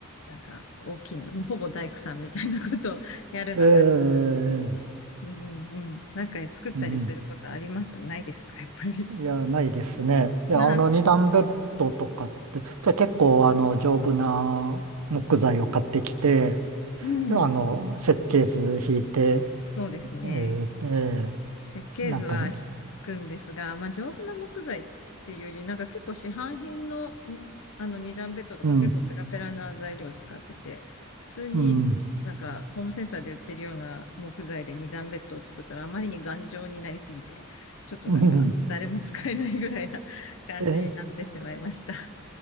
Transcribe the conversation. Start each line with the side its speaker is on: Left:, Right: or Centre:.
Left: なんか大きいの、もうほぼ大工さんみたいなことを <laughs> やるのが、
Right: ええ
Left: うんうんうん。なんか作ったりすることありますないですか、
Right: うん。
Left: やっぱり。
Right: いや、ないですね。いや、
Left: はい。
Right: あの、二段ベッドとかって、じゃあ結構、あの、丈夫な木材を買ってきて、
Left: うん。
Right: あの、設計図引いて、
Left: そうですね。
Right: えーえー
Left: 設計図は引くんですが、
Right: なんか、う
Left: まあ、丈夫な木材っていうより、なんか結構市販品のに、あの二段ベッドとか結構ペラペラな材料を使ってて、
Right: ん、
Left: 普通になんかホームセンターで売ってるような木材で二段ベッドを作ったらあまりに頑丈になりすぎて、
Right: うん、
Left: ちょっとなんか誰も使えないぐらいな
Right: うん、
Left: <laughs> 感じになってしまいました。
Right: え、